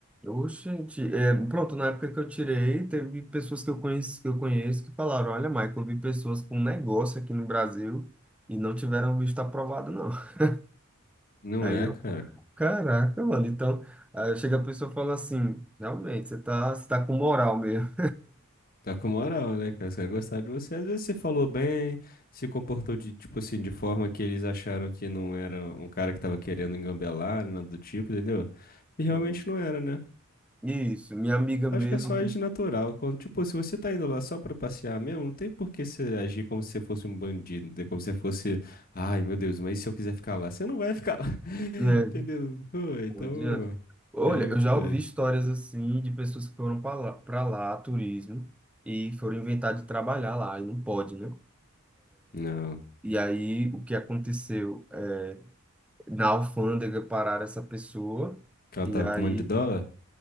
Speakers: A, in the centre; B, on the left.
A: Ô, gente, é, pronto, na época que eu tirei, teve pessoas que eu conheço, que eu conheço que falaram, olha, Michael, eu vi pessoas com um negócio aqui no Brasil e não tiveram visto aprovado, não. <laughs>
B: Não
A: Aí
B: é,
A: eu,
B: cara.
A: caraca, mano, então, aí chega a pessoa e fala assim, realmente, você tá, você tá com moral mesmo.
B: Tá com moral, né, cara? Os caras gostaram de você. Às vezes você falou bem, se comportou de, tipo assim, de forma que eles acharam que não era um cara que tava querendo engambelar, nada do tipo, entendeu? E realmente
A: Hum.
B: não era, né?
A: Isso, minha amiga
B: Acho
A: mesmo
B: que é só agir
A: que,
B: natural. Quando, tipo, se você tá indo lá só pra passear mesmo, não tem por que você agir como se você fosse um bandido, não tem como se você fosse, ai, meu Deus, mas e se eu quiser ficar lá? Você não vai ficar lá, <laughs>
A: né,
B: entendeu? Pô, então,
A: não adianta. Olha,
B: era muito
A: eu já
B: doido.
A: ouvi histórias assim de pessoas que foram para lá, para lá, turismo, e foram inventar de trabalhar lá, e não pode, né?
B: Não,
A: E aí, o que aconteceu? É, Na alfândega pararam essa pessoa
B: que ela
A: e
B: tava
A: aí
B: com um monte de dólar?